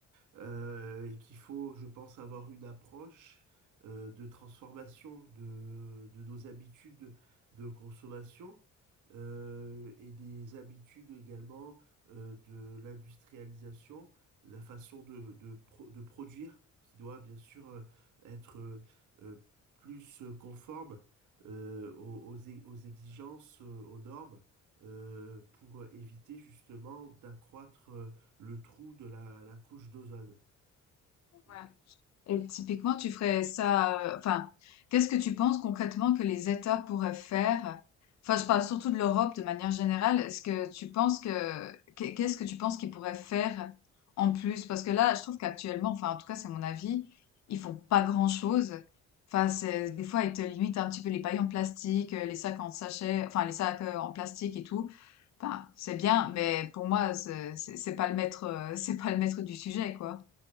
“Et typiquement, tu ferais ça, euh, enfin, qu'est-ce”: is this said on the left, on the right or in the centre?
Left